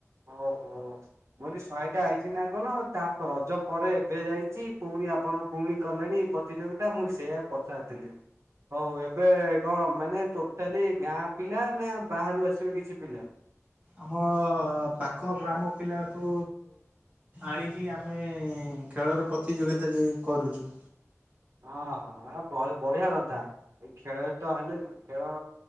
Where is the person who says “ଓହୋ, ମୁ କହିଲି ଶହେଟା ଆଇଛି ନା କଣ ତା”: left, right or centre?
Right